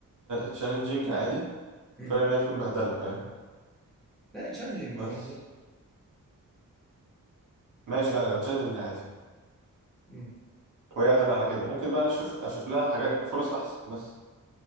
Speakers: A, on the right (about 65°); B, in the centre.
A: تشالنجينج عادي
B: امم
A: فرق ان هي تكون بهدله فاهم
B: لا تشالنجينج
A: بس
B: مش بهدله
A: ماشي لا لو تشالنجينج عادي
B: امم
A: وهي قادرة على كده ممكن بقى أنا أشوف أشوف لها حاجات فرص أحسن بس